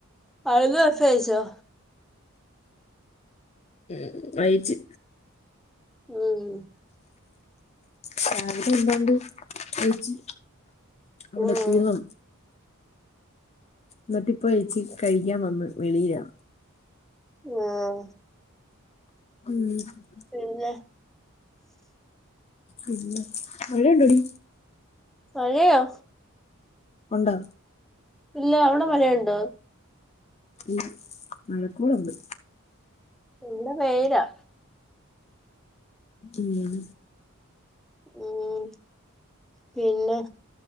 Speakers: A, in the centre; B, on the left.
A: അയ്ന് മെസ്സേജയച്ചോ?
B: ഉം ഉം അയ്ച്ച്.
A: ഉം.
B: രാവിലെ എന്താണ്ട് കയിച്ച് അവിടെ
A: ഉം
B: എത്തിനോ ന്ന്ട്ടപ്പോ എച്ചി കഴിക്കാൻ വന്ന് വെളിയില.
A: ആഹ
B: ഉം.
A: പിന്നെ.
B: പിന്നെ മഴയുണ്ടോടി?
A: മഴയോ?
B: ഉണ്ടോ?
A: ഇല്ല അവ്ടെ മഴയുണ്ടോ?
B: ഉം മഴക്കോളുണ്ട്.
A: വ്ടെ വെയിലാ.
B: ഉം.
A: ഉം പിന്നെ.